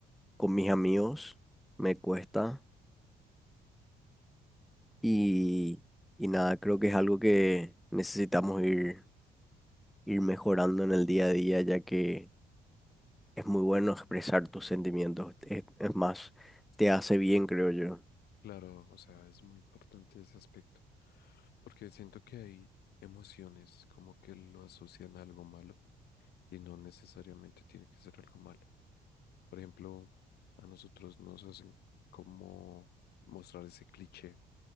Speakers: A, in the centre; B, on the left (about 70°).
A: con mis amigos me cuesta. Y, y nada, creo que es algo que necesitamos ir, ir mejorando en el día a día, ya que Es muy bueno expresar tus sentimientos. Es, es más, te hace bien, creo yo.
B: Claro, o sea, es muy importante ese aspecto, porque siento que hay emociones como que lo asocian a algo malo y no necesariamente tiene que ser algo malo. Por ejemplo, a nosotros nos hacen como mostrar ese cliché